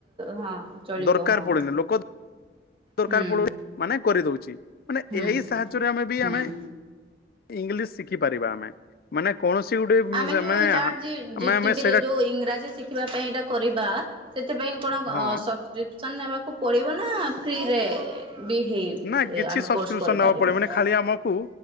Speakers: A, on the right; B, on the left.
A: ହଁ ଚଳିବ
B: ଦରକାର
A: ହଁ
B: ପଡୁନି ଲୋକ। ଦରକାର
A: ହୁଁ
B: ପଡୁ ମାନେ। କରିଦଉଛି। ମାନେ
A: ହୁଁ
B: ଏଇ
A: ହୁଁ
B: ସାହାଯ୍ୟରେ ଆମେ ବି
A: ହୁଁ
B: ଆମେ। ଇଂଲିଶ ଶିଖିପାରିବା ଆମେ ମାନେ କୌଣସି ଗୋଟେ
A: ଆମେ ଯୋଉଟିଭିରେ
B: ମାନେ ଆମେ ଆମେ ସେଇଟା
A: ଯୋଉ ଇଂରାଜୀ ଶିଖିବା ପାଇଁଟା କରିବା ସେଥିପାଇଁ କଣ
B: ହଁ
A: ସବସ୍କ୍ରିପସନ ନେବାକୁ ପଡ଼ିବ ନା ଫ୍ରିରେ ବି ହେଇ
B: ନା
A: ଏ
B: କିଛି
A: ଆମେ
B: ସବସ୍କ୍ରିପସନ
A: କୋର୍ସ କରିପାରିବା।
B: ନେବା ପଡିବ ମାନେ
A: ହୁଁ
B: ଖାଲି ଆମକୁ